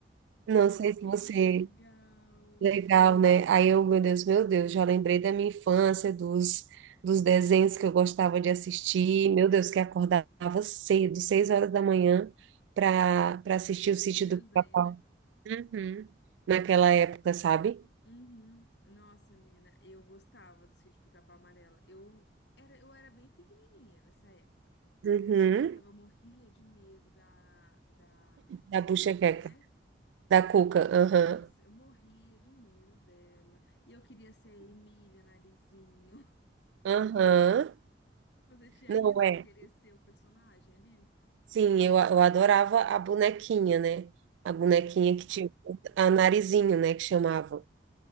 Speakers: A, on the right; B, on the left.
A: Não sei se
B: que
A: você.
B: legal.
A: Legal, né? Aí eu, meu Deus, meu Deus, já lembrei da minha infância, dos, dos desenhos que eu gostava de assistir. Meu Deus, que acordava cedo, seis horas da manhã, para para assistir
B: Pra
A: o
B: assistir
A: sítio
B: desenho,
A: do Pica-Pau.
B: né?
A: Uhum. Naquela época, sabe?
B: Uhum. Nossa, mina, eu gostava do Sítio Pica-Pau Amarelo. Eu era, eu era bem pequenininha nessa época,
A: Uhum.
B: mas eu gostava, eu morria de medo da, da
A: Da Buchequeca,
B: Cuca, né?
A: da Cuca. Aham.
B: Isso, eu morria de medo dela. E eu queria ser Emília Narizinho.
A: Aham.
B: <laughs> Você tinha
A: Não
B: isso
A: é.
B: de querer ser o personagem ali?
A: Sim, eu, eu adorava a bonequinha, né? A bonequinha
B: Aham.
A: que tinha a narizinho, né? Que chamava.